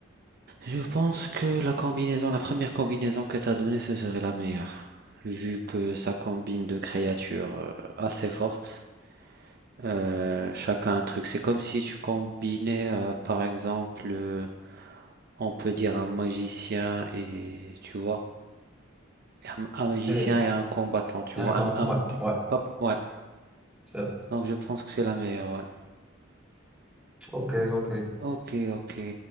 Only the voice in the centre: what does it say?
Et,
et
encore,
ouais, ouais.
c'est vrai.
Ok, ok.